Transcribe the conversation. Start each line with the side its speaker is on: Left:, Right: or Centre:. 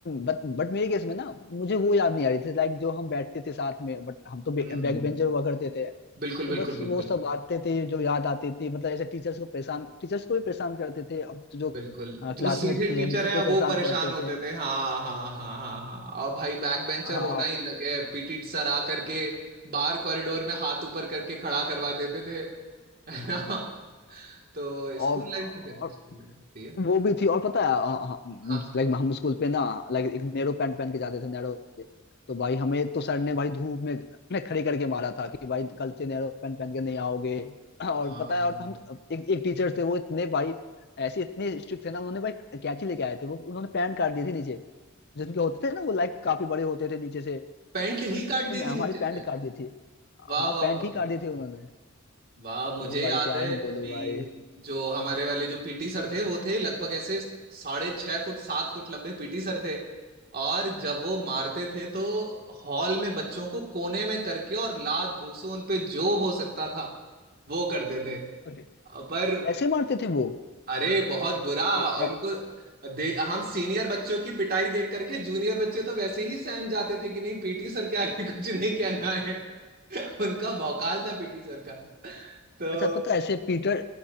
Left: but बट मेरे केस में ना मुझे वो याद नहीं आ रही थी लाइक जो हम बैठते थे साथ में बट हम तो
Right: हम्म
Left: बैक बेंचर हुआ करते थे
Right: बिल्कुल
Left: तो
Right: बिल्कुल
Left: बस वो
Right: बिल्कुल
Left: सब बांटते थे जो याद आती थी मतलब ऐसे टीचर्स को परेशान टीचर्स को भी परेशान करते थे अब तो जो
Right: बिल्कुल जो
Left: क्लासमेट
Right: सीधे टीचर
Left: थे हम उनको
Right: हैं
Left: भी परेशान
Right: वो परेशान
Left: करते
Right: होते
Left: थे
Right: थे हाँ हाँ हाँ हाँ हाँ और भाई बैक बेंचर
Left: हाँ
Right: होना ही अलग है पीटी सर आ करके बाहर कॉरिडोर में हाथ ऊपर करके खड़ा करवा देते थे है ना तो
Left: और,
Right: स्कूल लाइफ
Left: और
Right: तो क्या स्कूल लाइफ होती है
Left: वो भी थी और पता है
Right: हाँ हाँ
Left: लाइक हम स्कूल पे ना लाइक एक नैरो पैंट पहन के जाते थे नैरो तो भाई हमें तो सर ने भाई धूप में ने खड़े करके मारा था कि भाई कल से नैरो पैंट पहन के नहीं आओगे और
Right: हाँ
Left: पता है और हम एक एक टीचर थे वो इतने भाई ऐसे इतने स्ट्रिक्ट थे ना उन्होंने भाई कैंची लेके आए थे वो उन्होंने पैंट काट दी थी नीचे जिनके होते थे ना वो लाइक काफी बड़े होते थे नीचे से
Right: पैंट
Left: उन्होंने
Right: ही काट दी थी
Left: हमारी
Right: नीचे से
Left: पैंट काट दी थी
Right: वाह
Left: हाँ
Right: वाह
Left: पैंट
Right: वाह
Left: ही काट दी थी उन्होंने
Right: वाह मुझे
Left: तो भाई
Right: याद
Left: क्या
Right: है
Left: ही
Right: कि
Left: बोलूं भाई
Right: जो हमारे वाले जो पीटी सर थे वो थे लगभग ऐसे साढ़े छह फुट सात फुट लंबे पीटी सर थे और जब वो मारते थे तो हॉल में बच्चों को कोने में करके और लात घूंसे उन पे जो हो सकता था वो करते थे
Left: Okay.
Right: पर
Left: ऐसे मारते थे वो
Right: अरे बहुत बुरा
Left: ए-
Right: और
Left: ए-
Right: उनको दे हम सीनियर बच्चों की पिटाई देख करके जूनियर बच्चे तो वैसे ही सहम जाते थे कि नहीं पीटी सर के आगे कुछ नहीं कहना है <laughs> उनका भौकाल था पीटी सर का तो
Left: अच्छा पता है ऐसे पीटर